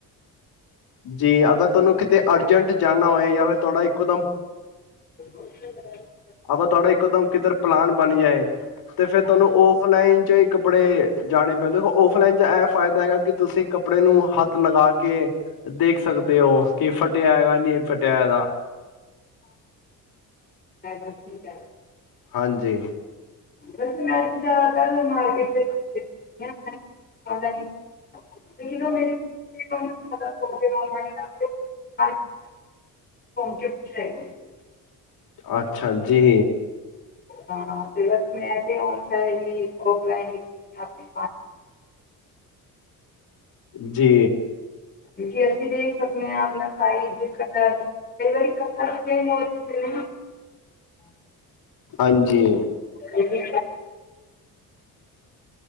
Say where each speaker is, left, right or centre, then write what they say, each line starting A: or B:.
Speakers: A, on the left (about 75°); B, on the left (about 25°).
A: ਜੀ ਅਗਰ ਤੁਹਾਨੂੰ ਕਿਤੇ ਅਰਜੈਂਟ ਜਾਣਨਾ ਹੋਏ ਜਾਂ ਫਿਰ ਤੁਹਾਡਾ ਇੱਕੋ ਦਮ
B: ਹ
A: ਅਗਰ ਤੁਹਾਡਾ ਇੱਕੋਦਮ ਕਿੱਧਰ ਪਲਾਨ ਬਣ ਜਾਏ ਤੇ
B: ਹਾਂਜੀ
A: ਫੇਰ ਤੁਹਾਨੂੰ ਔਫਲਾਈਨ ' ਹੀ ਕੱਪੜੇ ਜਾਣੇ ਪੈਂਦੇ ਦੇਖੋ ਔਫਲਾਈਨ ਚ ਇਹ ਫਾਇਦਾ ਹੈਗਾ ਕਿ ਤੁਸੀਂ ਕੱਪੜੇ ਨੂੰ ਹੱਥ ਲਗਾ ਕੇ ਦੇਖ ਸਕਦੇ ਹੋ ਕਿ ਫਟਿਆ ਹੈਗਾ ਨਹੀਂ ਫਟਿਆ ਹੈਗਾ
B: ਹਾਜੀ ਠੀਕ ਕਹ ਰਹੇ ਹੋ
A: ਹਾਂਜੀ
B: ਮੈਨਾ ਮਾਰਕੀਟ <unintelligible>
A: ਅੱਛਾ ਜੀ
B: ਹਾਂ ਤੇ ਬਸ ਮੈਂ ਤੇ ਹੁਣ ਔਨਲਾਈਨ ਹੀ ਔਫਲਾਈਨ ਹੀ
A: ਜੀ
B: ਕਿਉਂਕ ਅਸੀਂ ਦੇਖ ਸਕਦੇ ਹਾਂ ਆਪਣਾ ਸਟਾਈਲ ਇਕ ਅਧਾ, ਕਈ ਞਾਰੀ ਕਲਰ ਚੇਨਜ ਹੋ ਜਾਦਾ ਨਾ
A: ਹਾਂਜੀ
B: ਜਿਹੜੀ